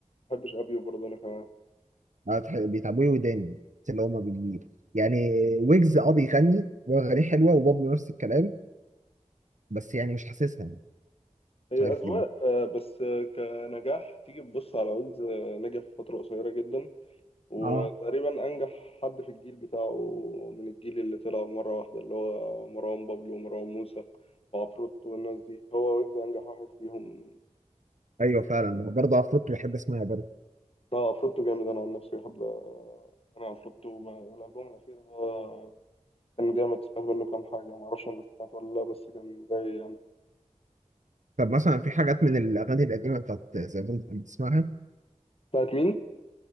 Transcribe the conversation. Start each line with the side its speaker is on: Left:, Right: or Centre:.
Left: بحبش ابيو برضه انا كمان
Right: آه، تح- بيتعبوا لي وداني بس اللي هما بي يعني ويجز أه بيغني وأغانيه حلوة وبابلو نفس الكلام بس يعني مش حاسسها
Left: هي
Right: مش عارف
Left: اذواق
Right: ليه
Left: آه، بس آه، كنجاح تيجي تبص على ويجز آه، نجح في فتره قصيره جدا وتقريبا
Right: اه
Left: انجح حد في الجيل بتاعه من الجيل اللي طلع مره واحده اللي هو مروان بابلو ومروان موسى وعفروتو والناس دي هو ويجز انجح واحد فيهم
Right: ايوه فعلا برضه افروت بحب اسمعها برضه
Left: ده عفروتو جامد انا عن نفسي بحب آه، انا عفروتو ب- والالبوم الاخير ده كان جامد سمعت منه كام حاجه ما اعرفش انا سمعت ولا لا بس كان جاي يعني
Right: طب مثلا في حاجات من الاغاني القديمه بتاعت زمان كنت بتسمعها
Left: بتاعت مين